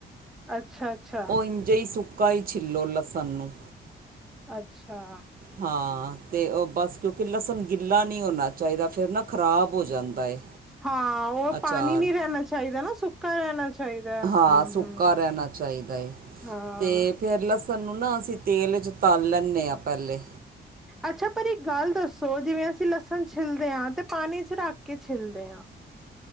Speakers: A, in the centre; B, on the right (about 50°).
A: ਅੱਛਾ-ਅੱਛਾ
B: ਉਹ ਇੰਝੇ ਹੀ ਸੁੱਕਾ ਈ ਛਿੱਲੋ ਲਸਨ ਨੂੰ
A: ਅੱਛਾ
B: ਹਾਂ, ਤੇ ਉਹ ਬਸ ਕਿਉਂਕਿ ਲਸਨ ਗਿੱਲਾ ਨਹੀਂ ਹੋਨਾ ਚਾਹੀਦਾ ਫਿਰ ਨਾ ਖ਼ਰਾਬ ਹੋ ਜਾਂਦਾ ਏ
A: ਹਾਂ ਉਹ
B: ਅਚਾਰ
A: ਪਾਣੀ ਨਹੀਂ ਰਹਿਣਾ ਚਾਹੀਦਾ ਨਾ ਸੁੱਕਾ ਰਹਿਣਾ ਚਾਹੀਦਾ
B: ਹਾਂ
A: ਹਮ
B: ਸੁੱਕਾ
A: ਹਮ
B: ਰਹਿਣਾ ਚਾਹੀਦਾ ਹੈ
A: ਹਾਂ
B: ਤੇ ਫੇਿਰ ਲਸਣ ਨੂੰ ਨਾ ਅਸੀਂ ਤੇਲ ਚ ਤਲ ਲੈਂਦੇ ਹਾਂ ਪਹਿਲੇ
A: ਅੱਛਾ ਪਰ ਇੱਕ ਗੱਲ ਦੱਸੋ ਜਿਵੇਂ ਅਸੀਂ ਲਸਣ ਛਿੱਲਦੇ ਹਾਂ ਤੇ ਪਾਣੀ ਚ ਰੱਖ ਕੇ ਛਿੱਲਦੇ ਹਾਂ <inaudible>